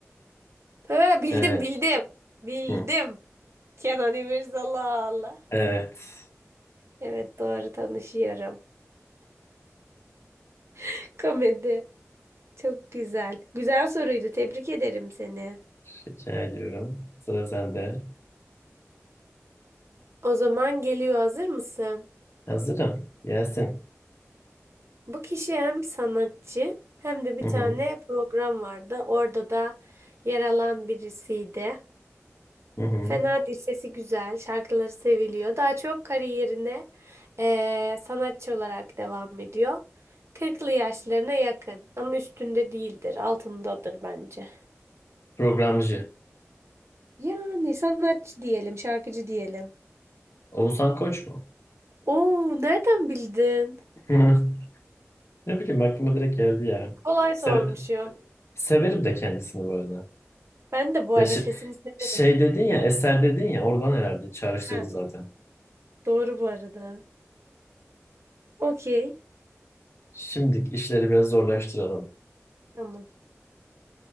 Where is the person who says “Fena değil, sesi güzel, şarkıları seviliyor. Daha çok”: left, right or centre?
Right